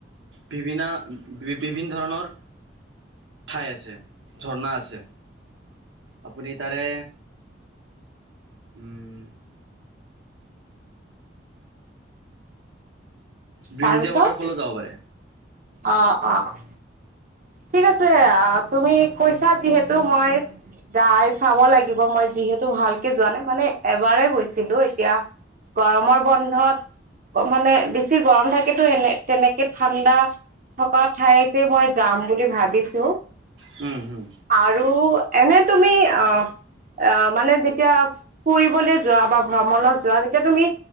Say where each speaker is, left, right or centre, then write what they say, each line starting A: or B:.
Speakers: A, on the right; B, on the right.
A: বিভিন্না বি বিভিন্ন ধৰণৰ ঠাই আছে, ঝৰ্ণা আছে। আপুনি তাৰে উম। ব্ৰিঞ্জা
B: তাৰপিছত,
A: ৱাটাৰফলো যাব পাৰে।
B: অ' অ'। ঠিক আছে, আহ, তুমি কৈছা যিহেতু মই যাই চাব লাগিব, মই যিহেতু ভালকে যোৱা নাই মানে এবাৰে গৈছিলো এতিয়া গৰমৰ বন্ধত, মানে বেছি বেছি গৰম থাকেতো, এনে- তেনেকে ঠাণ্ডা। থকা ঠাইতে, মই যাম বুলি ভাবিছো।
A: হম, হম।
B: আৰু, এনে তুমি অ, আহ, মানে যেতিয়া ফুৰিবলৈ যোৱা, বা ভ্ৰমণত যোৱা তেতিয়া তুমি